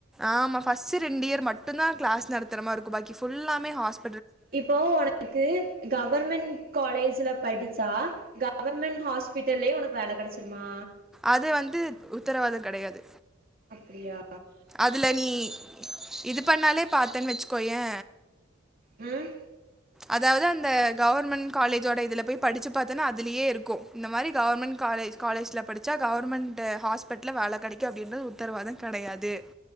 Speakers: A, in the centre; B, on the right.
A: ஆமா பஸ்ட் ரெண்டு இயர் மட்டு தா கிளாஸ் நடத்துறமாரு இருக்கு பாக்கி புல்லாமே ஹாஸ்
B: இப்போ உனக்கு கவர்மெண்ட் காலேஜில படிச்சா கவர்மெண்ட் ஹாஸ் பீட்டலேயே ஒனக்கு வேல கெடச்சிருமா
A: அது வந்து உத்தரவாதோ கெடையாது
B: அப்பிடியா
A: இதில நீ இது பண்ணாலே பாத்தேன்னு வச்சுக்கோ ஏ
B: ம்
A: அதாவது அந்த கவர்மெண்ட் காலேஜோட இதுல போய் படிச்சி பாத்தேன்னா அதலயே இருக்கு இந்த மாரி கவர்மெண்ட் காலேஜ் காலேஜில படிச்சா கவர்மெண்ட்டு ஹாஸ்பிட்டுல்ல வேல கெடைக்கு அப்படின்றது உத்தரவாதங் கெடையாது